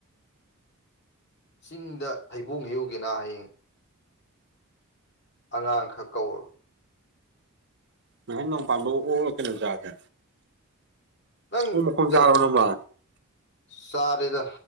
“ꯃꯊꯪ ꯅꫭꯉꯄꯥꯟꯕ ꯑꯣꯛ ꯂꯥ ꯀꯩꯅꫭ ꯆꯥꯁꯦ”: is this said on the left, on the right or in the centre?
Right